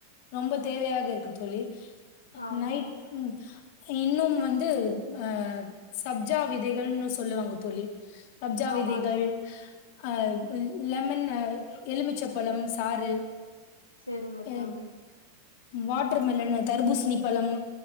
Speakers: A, on the left; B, on the left.
A: ரொம்ப தேவையாக இருக்கு தோழி
B: ஆமா
A: நைட் ம் இன்னும் வந்து அ சப்ஜா விதைகள்னு சொல்லுவாங்க தோழி சப்ஜா
B: ஆமா
A: விதைகள்
B: தோழி
A: அ லெமன் எலுமிச்சப்பழம் சாறு
B: செரிங்க
A: அ
B: தோழி
A: வாட்ரு மெலனு தர்பூசணி பழம்